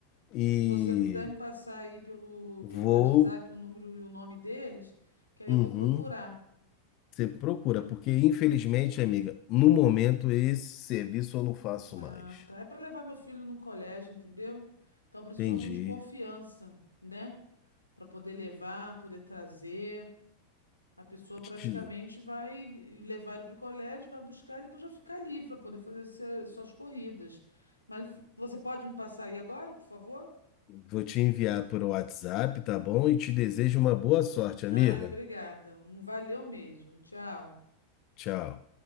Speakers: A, on the left; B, on the left.
A: e
B: Se você puder me passar aí pelo,
A: vou.
B: pelo WhatsApp o número e o nome deles, que aí
A: Uhum,
B: eu vou procurar.
A: você procura, porque infelizmente, amiga, no momento esse serviço eu não faço
B: Ah,
A: mais.
B: tá. É para levar meu filho no colégio, entendeu? Então eu preciso
A: Entendi.
B: de alguém de confiança, né? Para poder levar, poder trazer. A pessoa praticamente
A: Te-
B: vai levar ele para o colégio, vai buscar e depois vai ficar livre para poder fazer se- suas corridas. Mas você pode me passar aí agora, por favor?
A: Vou te enviar por WhatsApp, tá bom? E te desejo uma boa sorte, amiga.
B: Ai, obrigada. Um Valeu mesmo. Tchau.
A: Tchau.